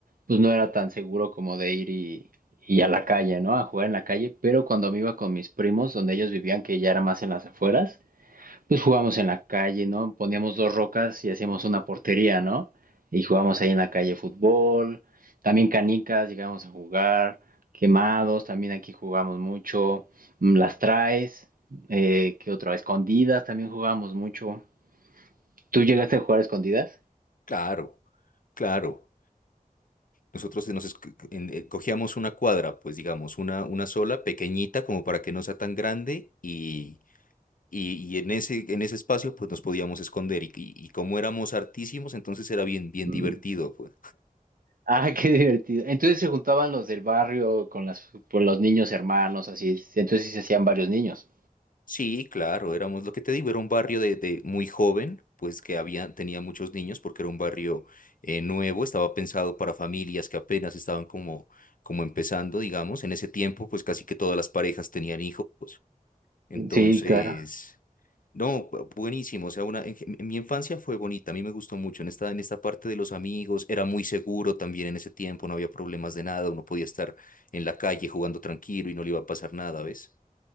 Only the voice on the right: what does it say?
pues no era tan seguro como de ir y, y a la calle, ¿no? A jugar en la calle, pero cuando me iba con mis primos, donde ellos vivían, que ya era más en las afueras, Pues jugábamos en la calle, ¿no? Poníamos dos rocas y hacíamos una portería, ¿no? Y jugábamos ahí en la calle fútbol, también canicas, llegábamos a jugar, quemados, también aquí jugamos mucho, mm, las traes, eh, ¿qué otra? Escondidas también jugábamos mucho. ¿Tú llegaste a jugar escondidas?
Mm.
Ah, <laughs> qué divertido. Entonces se juntaban los del barrio con las, con los niños hermanos, así. Entonces sí se hacían varios niños.
Sí, claro.